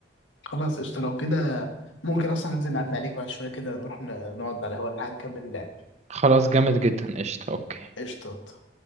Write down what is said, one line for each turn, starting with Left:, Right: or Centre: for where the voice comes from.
Left: خلاص قشطة لو كده ممكن أصلا ننزل نعدي عليك بعد شوية كده نروح ن- نقعد على الهوا اللي هنكمل اللعب
Right: خلاص جامد جدا قشطة اوكي
Left: قشطة